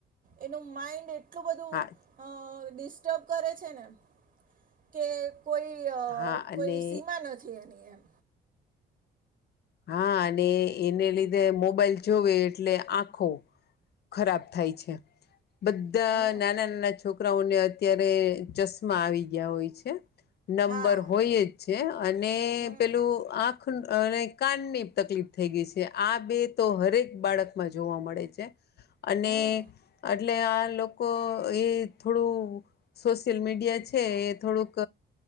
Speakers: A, on the right; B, on the left.
A: એનું માઇન્ડ એટલું બધું
B: હા
A: અ ડિસ્ટર્બ કરે છે ને કે કોઈ અ
B: હા અને
A: કોઈ સીમા નથી એની એમ.
B: હા, અને એને લીધે મોબાઈલ જોવે એટલે આંખો ખરાબ થાય છે. બધા
A: હમ
B: નાના-નાના છોક કરાઓને અત્યારે ચશ્મા આવી ગયા હોય છે. નંબર
A: હા
B: હોય જ છે. અને
A: હમ
B: પેલું આંખ અને કાનની તકલીફ થઈ ગઈ છે. આ બે તો હરેક બાળકમાં જોવા મળે છે. અને
A: હમ
B: એટલે આ લોકો એ થોડું સોશિયલ મીડિયા છે એ થોડુંક